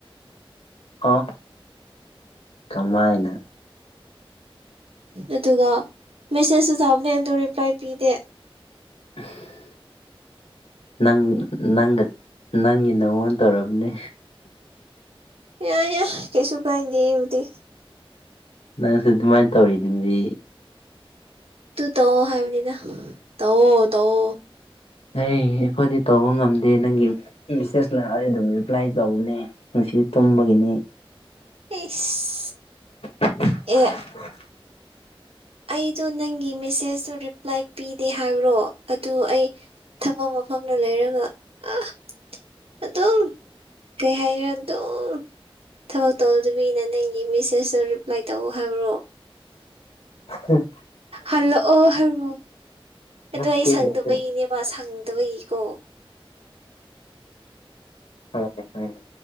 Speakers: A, on the left; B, on the right.
A: ꯑ ꯀꯃꯥꯏꯅ
B: ꯑꯗꯨꯒ ꯃꯦꯁꯦꯁꯁꯨꯨ ꯊꯥꯕꯅꯦ ꯑꯗꯣ ꯔꯤꯄ꯭ꯂꯥꯏ ꯄꯤꯗꯦ
A: <inaudible> ꯅꯪ ꯅꯪꯒ ꯅꯪꯒꯤ ꯅꯉꯣꯟ ꯇꯧꯔꯕꯅꯤ
B: ꯌꯥꯏ ꯌꯥꯏ ꯀꯩꯁꯨ ꯀꯥꯏꯗꯦ ꯍꯨꯖꯤꯛꯇꯤ
A: ꯅꯪꯁꯨ ꯑꯗꯨꯃꯥꯏꯅ ꯇꯧꯔꯤꯗꯨꯗꯤ
B: ꯇꯨ ꯇꯧꯑꯣ ꯍꯥꯏꯕꯅꯤꯅ ꯇꯧꯑꯣ ꯇꯧꯑꯣ
A: ꯑꯩ ꯑꯩꯈꯣꯏꯗꯤ ꯇꯧꯕ ꯉꯝꯗꯦ ꯅꯪꯒꯤ ꯃꯦꯁꯦꯁꯅ ꯑꯩ ꯑꯗꯨꯝ ꯔꯤꯄ꯭ꯂꯥꯏ ꯇꯧꯕꯅꯦ ꯁꯤꯗꯤ ꯇꯨꯝꯕꯒꯤꯅꯤ
B: ꯏꯁ
A: <inaudible>
B: ꯑꯦ ꯑꯩꯗꯣ ꯅꯪꯒꯤ ꯃꯦꯁꯦꯁꯇꯨ ꯔꯤꯄ꯭ꯂꯥꯏ ꯄꯤꯗꯦ ꯍꯥꯏꯕ꯭ꯔꯣ ꯑꯗꯨ ꯑꯩ ꯊꯃꯝ ꯃꯐꯝꯗ ꯂꯩꯔꯒ ꯑ ꯑꯗꯨꯝ ꯀꯩ ꯍꯥꯏꯔ ꯑꯗꯨꯝ
A: <inaudible>
B: ꯊꯕꯛ ꯇꯧꯗꯕꯤꯅ ꯅꯪꯒꯤ ꯃꯦꯁꯦꯁꯇꯣ ꯔꯤꯄ꯭ꯂꯥꯏ ꯇꯧꯑꯣ ꯍꯥꯏꯕ꯭ꯔꯣ
A: ꯎꯝ
B: ꯍꯜꯂꯛꯑꯣ ꯍꯥꯏꯔꯣꯑꯣ ꯑꯗꯣ
A: ꯅꯠꯇꯦ
B: ꯑꯩ ꯁꯪꯗꯕꯒꯤꯅꯦꯕ
A: ꯑꯗꯨ
B: ꯁꯪꯗꯕꯒꯤꯀꯣ
A: ꯍꯅꯦ ꯍꯅꯦ